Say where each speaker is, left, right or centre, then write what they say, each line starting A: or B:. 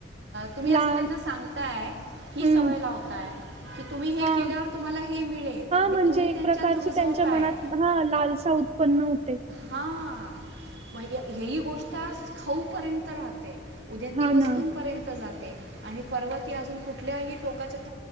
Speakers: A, on the right; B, on the right.
A: तुम्ही असं
B: ला
A: त्यांना सांगताय ही
B: हं.
A: सवय लावताय कि तुम्ही हे
B: हां.
A: केल्यावर <unintelligible> तुम्हाला हे मिळेल
B: हां,
A: हे
B: म्हणजे
A: तुम्ही
B: एक
A: त्यांच्यात
B: प्रकारची
A: रुजवताय
B: त्यांच्या मनात हां, लालसा उत्पन्न होते.
A: हा <inaudible> हे ही गोष्ट <unintelligible> स खाऊपर्यंत राहते उद्या
B: हां
A: ती वस्तूपर्यंत
B: ना,
A: जाते ते <inaudible> आणि पर्वती अजून कुठल्याही? टोकाच्या <inaudible>